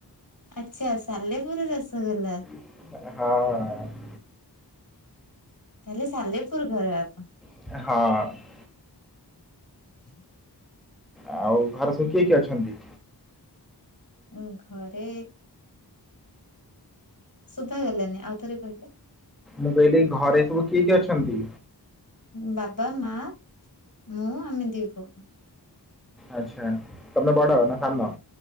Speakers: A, on the left; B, in the centre.
A: ଆଚ୍ଛା ସାଲେପୁର ରସଗୋଲା।
B: ହଁ।
A: ତାହେଲେ ସାଲେପୁର ଘର ଆପଣଙ୍କର।
B: ହଁ।
A: <inaudible>
B: ଆଉ ଘରେ ସବୁ କିଏ କିଏ ଅଛନ୍ତି?
A: ଉଁ ଘରେ ଶୁଭା ଗଲାନି ଆଉ ଥରେ କହିଲେ।
B: ମୁଁ କହିଲି ଘରେ ସବୁ କିଏ କିଏ ଅଛନ୍ତି?
A: ବାବା, ମାଆ, ମୁଁ, ଆମେ ଦି ପୁଅ।
B: ଆଚ୍ଛା ତମେ ବଡ଼ ନା ସାନ?